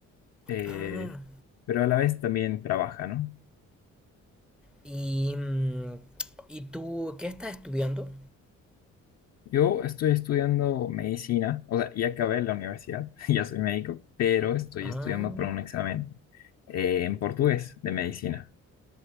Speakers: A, on the left (about 55°); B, in the centre.
A: eh,
B: Ah,
A: pero a la vez también trabaja, ¿no?
B: y, mm, ¿y tú qué estás estudiando?
A: Yo estoy estudiando medicina, o sea, ya acabé la universidad, <laughs> ya soy médico, pero estoy
B: Ah,
A: estudiando para un examen eh, en portugués de medicina.